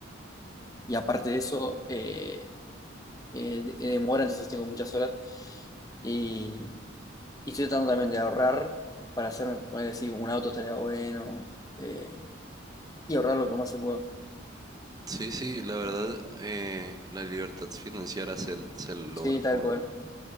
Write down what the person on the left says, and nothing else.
y aparte de eso, eh, eh, de- eh, demora, entonces tengo muchas horas. Y, Y estoy tratando también de ahorrar para hacerme, poner decir, un auto estaría bueno. eh, y ahorrar lo que más se pueda.
Sí, tal
cual.